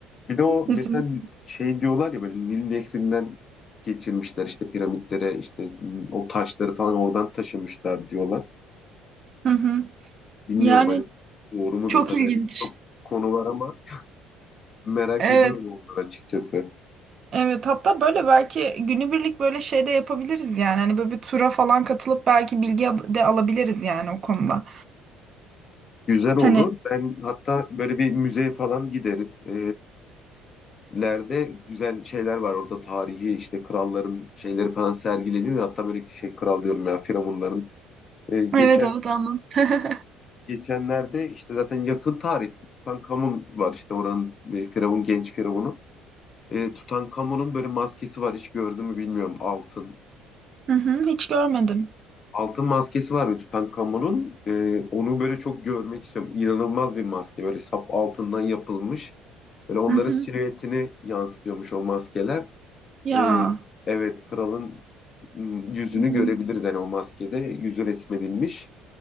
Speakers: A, on the left; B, on the right.
A: Bir de o mesela
B: Kesin.
A: şey diyorlar ya böyle Nil Nehri'nden geçirmişler işte piramitlere işte o taşları falan oradan taşımışlar diyorlar.
B: Hı hı.
A: Bilmiyorum
B: Yani
A: hani doğru mudur
B: çok
A: tabii
B: ilginç.
A: yani çok konu var ama merak
B: Evet.
A: ediyorum onları açıkçası.
B: Evet hatta böyle belki günübirlik böyle şey de yapabiliriz yani. Hani böyle bir tura falan katılıp belki bilgi al- de alabiliriz yani o konuda.
A: Güzel olur.
B: Hani
A: Ben hatta böyle bir müzeye falan gideriz. Ee, müzelerde güzel şeyler var orada tarihi işte kralların şeyleri falan sergileniyor. Hatta böyle şey kral diyorum ya firavunların. Ee, geçen
B: evet evet anladım. <laughs>
A: Geçenlerde işte zaten yakın tarihte Tutankamun var işte oranın e, firavun genç firavunu. E, Tutankamun'un böyle maskesi var hiç gördün mü bilmiyorum altın.
B: Hı hı, hiç görmedim.
A: Altın maskesi var ve Tutankamon'un e, onu böyle çok görmek istiyorum. İnanılmaz bir maske böyle saf altından yapılmış. Böyle onların
B: Hı hı.
A: silüetini yansıtıyormuş o maskeler.
B: Ya.
A: E, evet kralın m, yüzünü
B: Hı hı.
A: görebiliriz yani o maskede yüzü resmedilmiş.